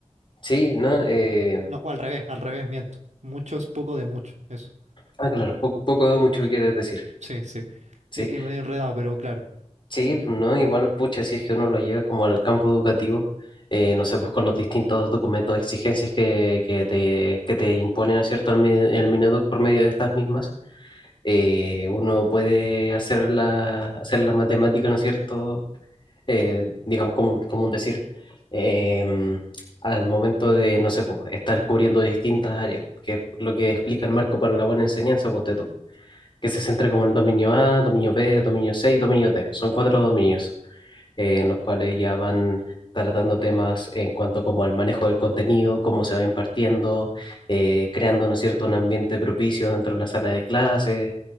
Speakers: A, on the left; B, on the right.
A: Sí, ¿no? Eh,
B: no, o al revés, al revés, miento. Muchos, poco de mucho, eso.
A: ah, claro, poco, poco de mucho quieres decir.
B: Sí, sí.
A: Sí,
B: Eh, eh, medio enredado, pero claro.
A: sí, pues, ¿no? Igual, pucha, si es que uno lo lleva como al campo educativo, eh, no sé, pues con los distintos documentos de exigencias que, que te, que te imponen, ¿no es cierto?, el, Mi- el Mineduc por medio de estas mismas, eh, uno puede hacer la, hacer la matemática, ¿no es cierto?, eh, digamos, como, como un decir, eh, al momento de, no sé, pues, estar cubriendo distintas áreas, que es lo que explica el marco para la buena enseñanza, ponte tú, que se centra como el dominio A, dominio B, dominio C y dominio D. Son cuatro dominios eh, en los cuales ya van tratando temas en cuanto como al manejo del contenido, cómo se va impartiendo, eh, creando, ¿no es cierto?, un ambiente propicio dentro de la sala de clases